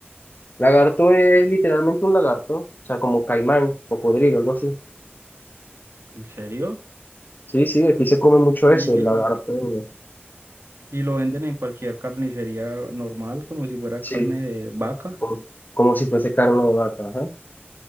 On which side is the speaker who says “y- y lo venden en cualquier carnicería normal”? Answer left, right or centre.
Right